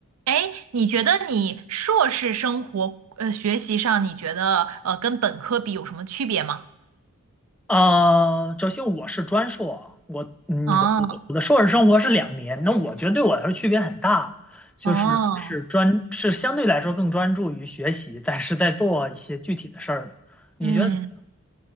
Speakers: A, on the right (about 80°); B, in the centre.
A: 哎，你觉得你硕士生活呃学习上，你觉得呃跟本科比有什么区别吗？
B: 嗯呃，首先我是专硕，我嗯，
A: 哦
B: 我我的硕士生活是两年，那我觉得对我来说区别很大，就是是专是相对来说更专注于学习，
A: 哦，
B: 但是在做一些具体的事儿的。你觉得怎么
A: 嗯。